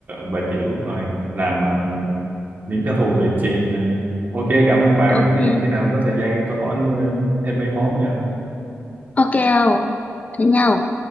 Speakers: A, on the right; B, on the left.
A: bà Chiểu coi làm ờ, miếng cá thu về chiên nha ok cảm ơn bà
B: Ok.
A: có khi, khi nào có thời gian tôi hỏi ờ, thêm mấy món nha
B: Ok không? Thế nhau.